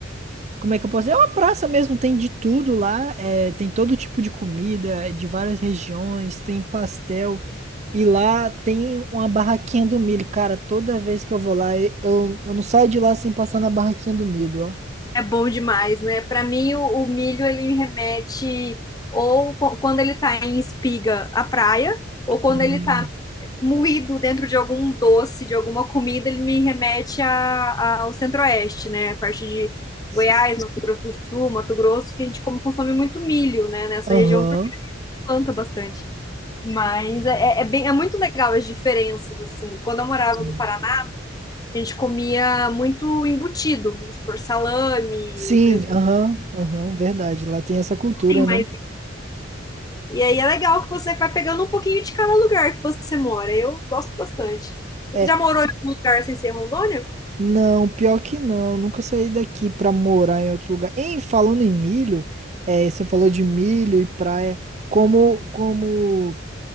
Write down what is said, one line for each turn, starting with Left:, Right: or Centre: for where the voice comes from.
Right: Como é que eu posso? dizer? É uma praça mesmo, tem de tudo lá, é, tem todo tipo de comida, é, de várias regiões, tem pastel. E lá tem uma barraquinha do milho. Cara, toda vez que eu vou lá, eu, eu não saio de lá sem passar na barraquinha do milho, ó.
Left: É bom demais, né? Para mim, o, o milho, ele me remete ou qu- quando ele tá em espiga, à praia, ou quando
Right: Hum,
Left: ele tá moído dentro de algum doce, de alguma comida, ele me remete a- a- ao Centro-Oeste, né? A parte de
Right: sim.
Left: Goiás, Mato Grosso do Sul, Mato Grosso, que a gente come, consome muito milho, né? Nessa
Right: Aham.
Left: região, porque planta bastante. Mas é, é é bem, é muito legal as diferenças, assim. Quando eu morava
Right: Hum.
Left: no Paraná, a gente comia muito embutido, vamos por salame,
Right: Sim,
Left: presunto,
Right: aham, aham, verdade. Lá tem essa cultura,
Left: tem mais.
Right: né?
Left: E aí é legal que você vai pegando um pouquinho de cada lugar que você mora. Eu gosto bastante. Você
Right: É,
Left: já morou em algum lugar sem ser Rondônia?
Right: Não, pior que não. Nunca saí daqui pra morar em outro lugar. Em falando em milho, é, você falou de milho e praia. Como, como